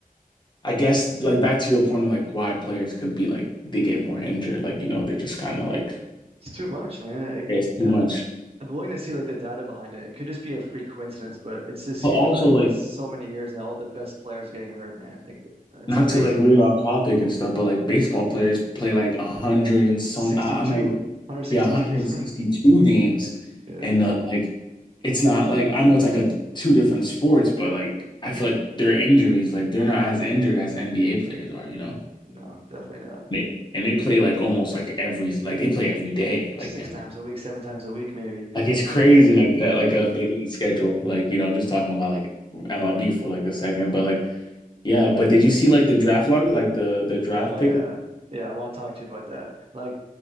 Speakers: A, on the left (about 30°); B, on the right (about 40°).
A: I guess like back to your point of like why players could be like they get more injured, like you know they're just kind of like
B: It's too much, man. I,
A: it's too
B: I don't,
A: much.
B: I'm willing to see like the data behind it. It could just be a freak coincidence, but it just
A: But
B: seems
A: also
B: like
A: like
B: so many years now, all the best players are getting hurt, man. Like it's
A: not
B: crazy.
A: to like lead off topic and stuff, but like baseball players play like a hundred and some
B: 62,
A: I, I might
B: 162.
A: yeah 162
B: <laughs>
A: games,
B: Yeah.
A: and uh, like it's not like I know it's like a two different sports, but like I feel like their injuries like they're not as injured as NBA players are, you know?
B: No, definitely not.
A: They, and they play like almost like every like they play every day like
B: Six
A: damn
B: times
A: near.
B: a week, seven times a week, maybe.
A: Like it's crazy,
B: Yeah.
A: like that, like a big league schedule. Like you know, I'm just talking about like MLB for like a second, but like yeah. But did you see like the draft log, like the the draft
B: Oh
A: pick,
B: yeah.
A: like,
B: Yeah, well, I want to talk to you about that. Like